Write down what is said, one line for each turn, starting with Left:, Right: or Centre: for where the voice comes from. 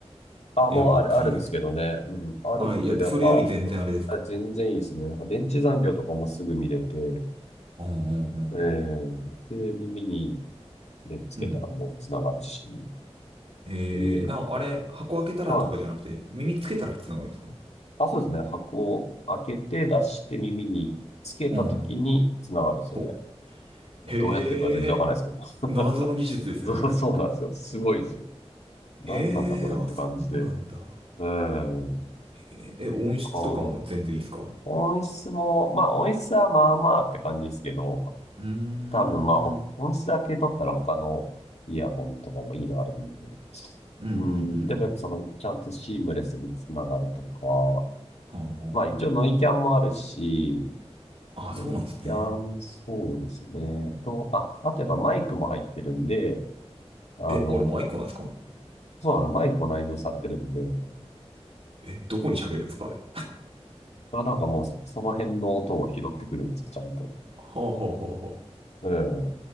Left: あ、
Right: ?AirPods
Left: もうある、あるんですけどね。
Right: 以外。
Left: うん。あるけど、
Right: あ、やっぱそれより全然あれですか
Left: やっぱ、あ全然いいですね。なんか電池残量とかもすぐ見れて、
Right: うんうんうん
Left: えー、で、耳に、ね、つけたらもうつながるし、
Right: うん。うん。えー、
Left: えー、
Right: あ、あれ、箱開けたらとかじゃなくて、
Left: はい。
Right: 耳つけたら繋がるんですか
Left: あ、そうですね。箱を開けて出して耳につけたときにつながるんですよね。
Right: うんうん。ほう。
Left: どうやってるか全然わかんないですけど。
Right: へえ、謎の技術ですね、
Left: <laughs>
Right: それ。
Left: そう、そうなんですよ。すごいですよ。何なんだこれって感じで。
Right: へえ、あ、そうなんだ。
Left: うん。
Right: へえ、え音質とかも全然いいですか
Left: こう、音質も、まあ音質はまあまあって感じですけど、
Right: うーん。
Left: 多分まあほ音質だけ取ったら他のイヤホンとかもいいのあるんで。
Right: うんうんう
Left: うん、でもやっぱその、
Right: ん
Left: ちゃんとシームレスにつながるとか、
Right: うん。はあはあは
Left: まあ一応ノイキャンもあるし、
Right: ああ、
Left: ノイキャン、
Right: そうなんですね。
Left: そうですね。と、あ、あとやっぱマイクも入ってるんで、あの、
Right: え、あれマイクなんですか
Left: そうなの、マイクも内蔵されてるんで、
Right: え、どこに喋るんですかあれ。
Left: まあなんかもうそ、その辺の音を拾ってくるんですよ、ちゃんと。
Right: ほうほうほうほ
Left: うん。